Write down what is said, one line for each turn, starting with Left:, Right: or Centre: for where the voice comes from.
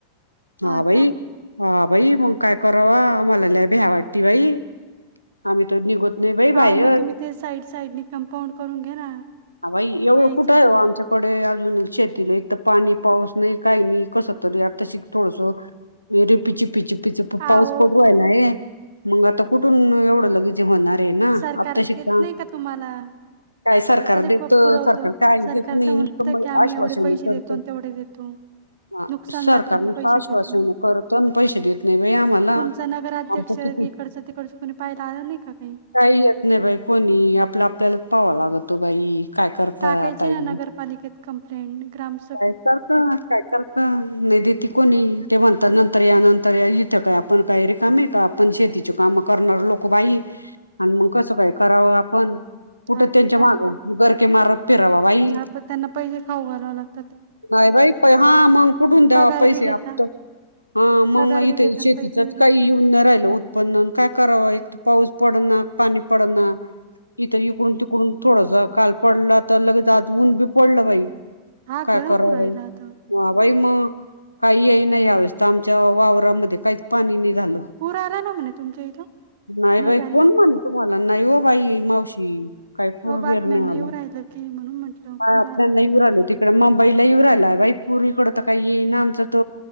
Right: हां
Left: हा बाई,
Right: का?
Left: हा बाई मग काय करावा आम्हाला लई भ्या वाटती बाई. आम्ही तर निघत नाही बाई बाहेर,
Right: अहो मग तुम्ही ते साईड साईडनी कंपाऊंड करून घ्या ना
Left: बाई एवढं
Right: यायचं.
Left: कुठं आहे आमच्या इकडे अजून शेतीला एक तर पाणी पाऊस नाही काही नाही कसं तरी आताशी थोडस रिपी चिपी चिपी चिप पाऊस
Right: अहो
Left: पडून राहिलाय, मग आता कुठून एवढं लगेच होणार. तेना
Right: सरकार
Left: आता शिका
Right: देत नाही का तुम्हाला?
Left: काय सरकार
Right: तर लई
Left: देत
Right: प पुरवतं.
Left: सरकार काही
Right: सरकार
Left: देत नाही
Right: तर म्हणतं
Left: नुसतं मग
Right: की आम्ही
Left: आश्वासन
Right: एवढे पैसे
Left: करतो.
Right: देतो आणि तेवढे देतो.
Left: हा,
Right: नुकसान
Left: सरकार
Right: झालं
Left: नुसत
Right: तर पैसे
Left: आश्वासन
Right: देतो.
Left: करत पैसे देत नाही बाई आम्हाला,
Right: तुमचा नगराध्यक्ष
Left: आमच किती
Right: इकडचं तिकडचं कोणी पाहायला आल नाही काही.
Left: काही येत नाही बाई कोणी आपलं आपल्याला पाहावं लागतो बाई. काय करता
Right: टाकायची
Left: ताई
Right: ना नगरपालिकेत कंप्लेंट ग्राम
Left: काय करता काय कर का नाही देते कोणी ते म्हणतात नंतर या नंतर इथं काय आपण काही रिकाम आहे का आपण शेती ची काम करणार लोक बाई, आणि मग कसं काय करावं आपण? कुठं
Right: हा
Left: त्यांच्या
Right: ते तर
Left: माग, गरके मारत फिराव बाई.
Right: हा पण त्यांना पाहिले खाऊ घालाव लाग
Left: नाही बाई प हा मग कुठून
Right: पगार
Left: द्यावा पैसे
Right: बी घेता,
Left: आपत. हा मग
Right: पगार बी
Left: इथे
Right: घेता आणि
Left: शेतीतच
Right: पैसे बी घेता.
Left: काही येऊन नाही राहिलं उत पन्न काय कराव, एक पाऊस पडणा पाणी पडणा, इथ यु इकडून तिकडून थोडस काल पडला तर लगेच आज ऊन बी पडलं बाई.
Right: हा
Left: काय
Right: गरम
Left: कराव
Right: होऊ राहिला
Left: बाई.
Right: आता.
Left: वा बाई म, काही येईना यावेळेस तर आमच्या वावरामध्ये काहीच पाणी नाही झालं.
Right: पूर आला ना म्हणे तुमच्या इथं,
Left: नाही बाई
Right: नद्यांना.
Left: कोण म्हणे तुम्हाला नाही ओ बाई मावशी. काय पूर
Right: अहो बातम्यांना
Left: बीर नई आला,
Right: येऊ राहिलं की म्हणून म्हटलं
Left: पा
Right: पूर
Left: आपल्या
Right: आला की.
Left: नाही येऊन राहिले. इकड मुंबईला येऊ राहिला बाई पुरी इकड तर काही येई ना आमच्यात.